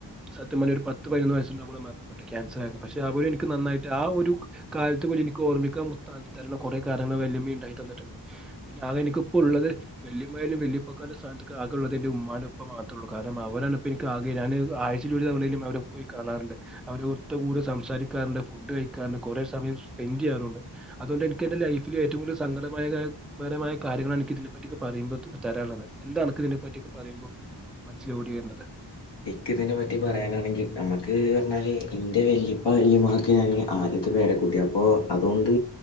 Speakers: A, in the centre; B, on the left.
A: സത്യ ഒരു പത്ത് പന്ന് വയസ നമ്മ മരണപ്പെട്ട ക്യാസർ ആയിരുന്നു പക്ഷെ അവും എനിക്ക് നന്നായിട്ട് ആ ഒരു കാലത്ത്ുലെ എനിക്ക്ഓർമ്മിക്കാം തരുന്ന കുറെേ കാര്യങ്ങൾ വല്യമ്മ ഉണ്ടായി തന്നിട്ടുണ്ട് ഞൻ എനിിപ്പ ഉള്ളത് വല്ിയമ്മലും വിയൊക്കം സ്ാനക്ക ആക ഉുള്ളത് എന്റെ ഉ്മാനപ്പം മാത്രേ ഉൂ കാരണം അവരാണ് എക്ക് ആക ഞാന് ആഴ്ച കാണാറുണ്ട് അവ ഒറ്റ കൂടെ സംസാരിക്കാറുണ്ട് ഫുഡ് കഴിക്കാറുണ്ട് കുറെ സയം സ്പെൻഡ് ചെയ്യാറുണ്ട് അതുകൊണ്ട് എനിക്ക് എൻ്റെ ലൈഫിൽ ഏറ്റവും കൂടുതൽ സങ്കടമായപരമായ കാര്യങ്ങളാണ് എനിിക്ക ഇതിനെപ്പറ്റിൊക്ക പറയ്പൾ തരാനുള്ളത് എന്താണക്ക് ഇതിനെ പറ്റിൊക്കെ പറയുമ്പോൾ മനസ്സൽ ഓടി വരുന്നത്
B: എക്ക് ഇതിനെ പറ്റി പറയാനാണെങ്കിൽ നമുക്ക് പറഞ്ഞാല് ഇന്റെ വെു അപ്പൊ അയമാക്ക് ഞാൻ ആദ്യത്തെ പേരെക്കുട്ടി അപ്പൊ അതുകൊണ്ട്